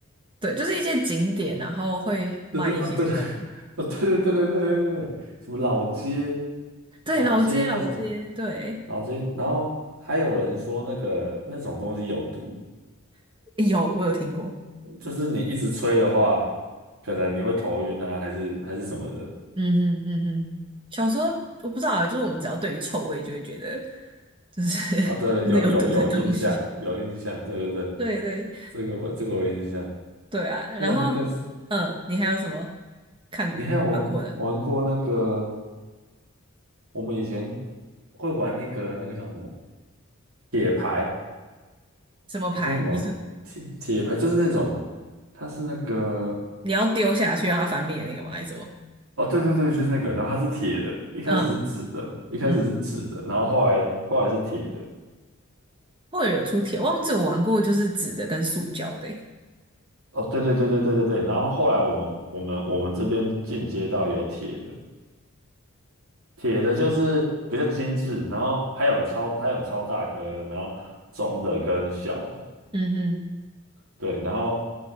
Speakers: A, on the right; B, on the right.
A: 对，就是一些景点，然后会卖一些这种。
B: 对对啊，对了，<laughs> 哦对对对对对对对，什么老街
A: 对，
B: 老街那种
A: 老街老街，对，
B: 老街，然后还有人说那个那种东西有毒，
A: 有我有听过。
B: 就是你一直吹的话，可能你会头晕啊，还是还是什么的。
A: 嗯哼嗯哼，小时候我不知道，啊，就是我们只要对于臭味就会觉得，就是 <laughs>
B: 啊，对了，
A: 就是有毒的东西。
B: 有有有印象，有印象，对对对，
A: <laughs> 对对
B: 这个我这个我有印象。
A: 对啊，然后嗯，
B: 还有那个，
A: 你还有什么看玩过的
B: 你还有玩玩过那个？我们以前会玩那个那个叫什么铁牌？
A: 什么牌？
B: 我不知道你玩过铁铁牌，
A: 你是
B: 就是那种它是那个
A: 你要丢下去让它翻面的那个吗？还是什么？
B: 哦，对对对，就是那个，然后它是铁的，一开始是纸的，
A: 嗯
B: 一开始是纸的，
A: 嗯，
B: 然后后来后来是铁的。
A: 或者有出铁，忘记我玩过就是纸的跟塑胶的欸
B: 哦，对对对对对对对，然后后来我们我们我们这边进阶到有铁的。铁的就是比较精致，然后还有超它有超大颗，然后中的跟小的，
A: 嗯哼
B: 对，然后